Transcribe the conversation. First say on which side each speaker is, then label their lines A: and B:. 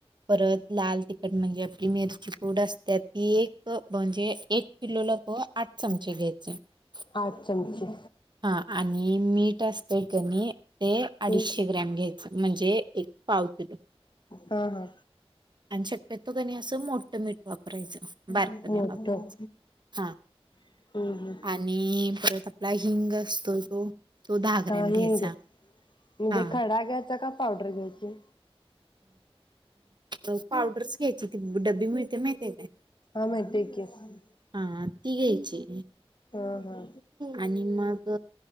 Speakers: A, on the right; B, on the left.
A: परत लाल तिखट म्हणजे आपली मिरची पूड अस त्या ती एक म्हणजे एक किलोला ब आठ चमचे घ्यायची. <inaudible>
B: आठ चमचे.
A: हा आणि मीठ असतय कणी ते अडीचशे
B: एक
A: ग्रॅम घ्यायचं म्हणजे एक पाव किलो.
B: हहा
A: आणि शक्य -- तो कणी असं मोठं मीठ वापरायचं बारक
B: मोठं
A: नाय वापरायच हा
B: हम्म हम्म
A: आणि परत आपला हिंग असतो तो तो दहा ग्रॅम
B: हा हिंग
A: घ्यायचा
B: म्हणजे
A: हा
B: खडा घ्यायचा का पावडर घ्यायची.
A: ह पावडरचं घ्यायची त डब्बी मिळते माहिती हाय
B: हा माहितीय की हा
A: कायं ती घ्यायची.
B: हा
A: आणि मग